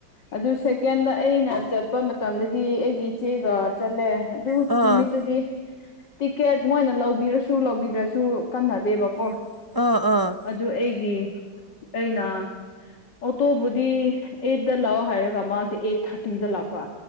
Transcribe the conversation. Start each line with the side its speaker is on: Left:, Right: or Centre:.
Left: ꯑꯗꯨ ꯁꯦꯀꯦꯟꯗ ꯑꯩꯅ ꯆꯠꯄ ꯃꯇꯝꯗꯗꯤ ꯑꯩꯒꯤ ꯏꯆꯦꯒ ꯆꯠꯂꯦ꯫ ꯑꯗꯨ
Right: ꯑꯥ
Left: ꯅꯨꯃꯤꯠꯇꯨꯗꯤ ꯇꯤꯛꯀꯦꯠ ꯃꯣꯏꯅ ꯂꯧꯕꯤꯔꯁꯨ ꯂꯧꯕꯤꯗ꯭ꯔꯁꯨ ꯀꯟꯅꯗꯦꯕꯀꯣ
Right: <unintelligible> ꯑꯣ ꯑꯣ꯫
Left: ꯑꯗꯨ ꯑꯩꯒꯤ ꯑꯩꯅ ꯑꯣꯇꯣꯕꯨꯗꯤ ꯑꯥꯏꯠꯇ ꯂꯥꯛꯑꯣ ꯍꯥꯏꯔꯒ ꯃꯥꯁꯦ ꯑꯩꯠ ꯊꯥꯔꯇꯤꯗ ꯂꯥꯛꯄ꯫